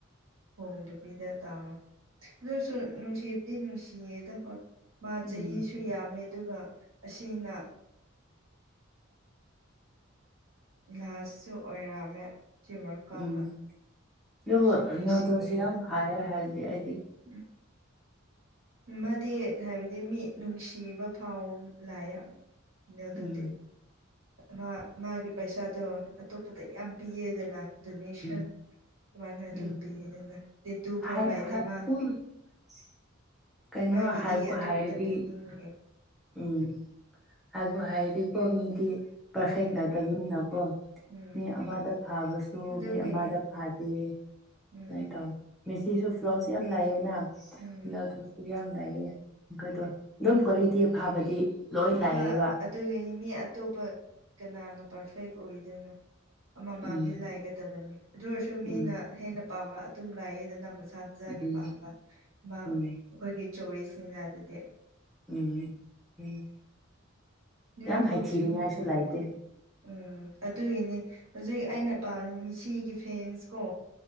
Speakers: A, on the right; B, in the centre.
A: ꯍꯣꯡꯗꯕꯤꯗ ꯇꯥꯎꯑꯣ ꯑꯗꯨ ꯅꯨꯡꯁꯤꯕꯗꯤ ꯅꯨꯡꯁꯤꯌꯦꯗ ꯍꯣꯢ ꯃꯥ
B: ꯎꯝ
A: ꯆꯍꯤꯁꯨ ꯌꯥꯝꯃꯦ ꯑꯗꯨꯒ ꯑꯁꯤꯅ ꯂꯥꯁꯁꯨ ꯑꯣꯏꯔꯝꯃꯦ ꯁꯤ ꯋꯥ ꯀꯞꯅ
B: ꯎꯝ ꯑꯗꯨꯕꯨ
A: ꯅꯨꯡꯁꯨ ꯅꯨꯡꯁꯤꯑꯦꯗ
B: ꯅꯣꯇꯣꯁꯤ ꯌꯥꯝ ꯐꯥꯏꯌꯦ ꯍꯥꯏꯔꯗꯤ ꯑꯩꯗꯤ
A: ꯎꯝ ꯃꯙꯦꯠ ꯍꯥꯏꯕꯗꯤ ꯃꯤꯠ ꯅꯨꯡꯁꯤꯕ ꯐꯥꯎ ꯂꯥꯏꯑ ꯑꯝ ꯃꯦꯜ ꯗꯨꯗꯤ
B: ꯎꯝ
A: ꯃꯥ ꯃꯥꯒꯤ ꯄꯩꯁꯥꯗꯣ ꯑꯇꯣꯞꯄꯗ ꯌꯥꯝ ꯄꯤꯌꯦꯗꯅ ꯗꯣꯅꯦꯁꯟ
B: ꯎꯝ
A: ꯑꯗꯨꯃꯥꯏꯅ ꯑꯗꯨꯝ
B: ꯎꯝ
A: ꯄꯤꯌꯦꯗꯅ ꯇꯦꯇꯨ ꯐꯥꯎ
B: ꯍꯥꯏ
A: ꯂꯥꯢꯇꯦ
B: ꯍꯥꯏ
A: ꯃꯥ
B: <unintelligible> ꯀꯩꯅꯣ
A: ꯃꯥꯒꯤ
B: ꯍꯥꯏꯕꯨ
A: ꯏ ꯑꯇꯣꯞꯄꯇ
B: ꯍꯥꯏꯔꯗꯤ
A: ꯄꯤꯅꯤꯡꯕꯒꯦ
B: ꯎꯝ ꯍꯥꯏꯕꯨ ꯍꯥꯏꯔꯗꯤꯀꯣ ꯃꯤꯗꯤ ꯄꯔꯐꯦꯛ
A: ꯎꯝ
B: ꯅꯠꯇꯕꯅꯤꯅꯀꯣ
A: ꯎꯝ
B: ꯃꯤ ꯑꯃꯗ ꯐꯥꯕꯁꯨ
A: ꯑꯗꯨꯒꯤꯅꯦ
B: ꯃꯤ ꯑꯃꯗ ꯐꯥꯗꯦ
A: ꯎꯝ
B: ꯁꯃꯥꯏꯅ ꯇꯧ ꯃꯦꯁꯤꯁꯨ ꯐ꯭ꯂꯣꯁꯁꯨ ꯌꯥꯝ ꯂꯥꯛꯑꯦꯅ
A: ꯎꯝ
B: ꯀꯦꯅꯣꯗꯁꯨ ꯌꯥꯝ ꯂꯥꯛꯌꯦ <unintelligible> ꯗꯣ ꯑꯗꯨꯝ ꯀ꯭ꯋꯥꯂꯤꯇꯤ ꯑꯐꯥꯕꯗꯤ ꯂꯣꯏ
A: ꯑꯃ
B: ꯂꯥꯛꯑꯦꯕ
A: ꯑꯗꯨꯒꯅꯤ ꯃꯤ ꯑꯇꯣꯞꯄ ꯀꯅꯥꯅ ꯄꯥꯔꯐꯦꯛ ꯑꯣꯏꯗꯣꯏꯅꯣ ꯑꯃꯃꯝꯗꯤ
B: ꯎꯝ
A: ꯂꯥꯏꯒꯗꯕꯅꯤ ꯑꯗꯨ ꯑꯣꯏꯔꯁꯨ ꯃꯤꯅ
B: ꯎꯝ
A: ꯍꯦꯟꯅ ꯄꯥꯝꯕ ꯑꯗꯨꯝ ꯂꯥꯏꯌꯦꯗ ꯃꯁꯥ ꯃꯁꯥꯒꯤ
B: ꯎꯝ
A: ꯄꯥꯝꯕ ꯑꯃ
B: ꯎꯝ
A: ꯑꯩꯈꯣꯏꯒꯤ ꯆꯣꯏꯁꯅꯤꯅ ꯑꯗꯨꯗꯤ
B: ꯎꯝ ꯎꯝ
A: ꯅꯦꯜ
B: ꯌꯥꯝ
A: ꯗꯣ
B: ꯍꯥꯏꯊꯤꯅꯤꯡꯉꯥꯏꯁꯨ
A: ꯁꯨ <unintelligible> ꯎꯝ
B: ꯂꯩꯇꯦ
A: ꯑꯗꯨꯒꯤꯅꯦ ꯍꯧꯖꯤꯛ ꯑꯩꯅ ꯄꯥꯝꯂꯝꯃꯤꯁꯤꯒꯤ ꯐꯦꯟꯁ ꯀꯣ